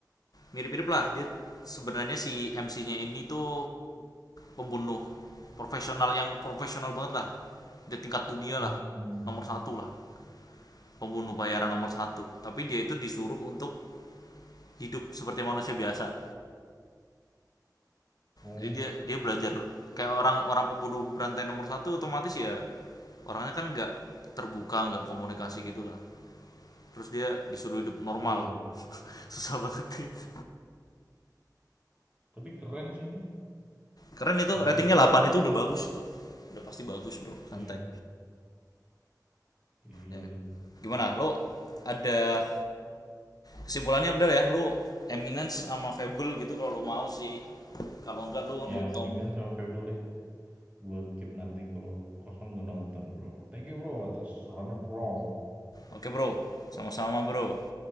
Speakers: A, on the left (about 60°); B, on the right (about 20°).
A: mirip-mirip lah dia sebenarnya si MC-nya ini tuh pembunuh profesional yang profesional banget lah dia tingkat dunia
B: hmm
A: lah nomor satu lah pembunuh bayaran nomor satu tapi dia itu disuruh untuk hidup seperti manusia biasa
B: oh,
A: jadi dia dia belajar kayak orang orang pembunuh berantai nomor satu otomatis ya orangnya kan nggak terbuka nggak komunikasi gitulah terus dia disuruh hidup normal
B: iya iya.
A: <laughs> susah banget gitu.
B: Tapi keren sih ini,
A: keren itu
B: gue
A: ratingnya
B: lihat
A: 8 itu udah bagus itu udah pasti bagus bro santai
B: iya, gile.
A: ya gimana lo ada kesimpulannya udah ya lo Eminence sama Fable gitu kalau lo mau sih kalau enggak lo
B: ya
A: nonton
B: Ambien sama Fable deh, gue keep nanti kalau kosong gue nonton, Bro. Thank you, Bro, atas sarannya, Bro.
A: oke bro sama-sama bro